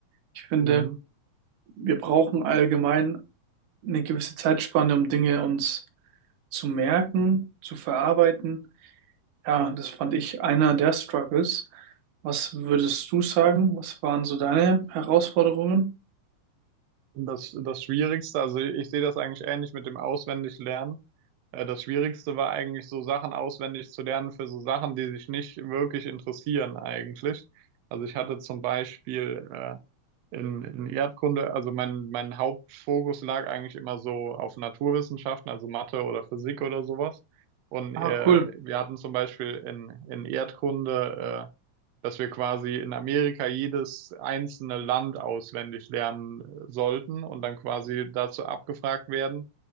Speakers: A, on the right; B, on the right.
A: Ich finde,
B: hm.
A: wir brauchen allgemein eine gewisse Zeitspanne, um Dinge uns zu merken, zu verarbeiten. Ja, das fand ich einer der Struggles. Was würdest du sagen? Was waren so deine Herausforderungen?
B: Das, das Schwierigste, also ich sehe das eigentlich ähnlich mit dem Auswendiglernen. Äh, das Schwierigste war eigentlich so Sachen auswendig zu lernen für so Sachen, die sich nicht wirklich interessieren eigentlich. Also ich hatte zum Beispiel äh, in, in Erdkunde, also mein, mein Hauptfokus lag eigentlich immer so auf Naturwissenschaften, also Mathe oder Physik oder sowas. Und
A: Ah,
B: äh,
A: cool.
B: wir hatten zum Beispiel in, in Erdkunde, äh, dass wir quasi in Amerika jedes einzelne Land auswendig lernen äh, sollten und dann quasi dazu abgefragt werden